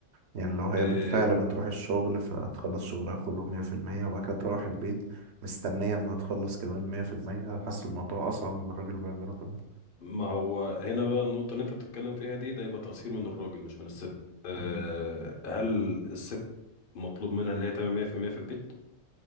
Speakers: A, on the right (about 60°); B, on the left (about 45°).
A: يعني لو هي
B: آه،
A: بالفعل بتروح الشغل فتخلص شغلها كله مية في المية وبعد كده تروح البيت مستنية إنها تخلص كمان مية في المية حاسس الموضوع أصعب من اللي الراجل بيعمله كمان
B: ما هو هنا بقى النقطة اللي انت بتتكلم فيها دي ده يبقى تقصير من الراجل مش من الست أه
A: مم.
B: هل الست مطلوب منها ان هي تعمل 100% في المية في البيت؟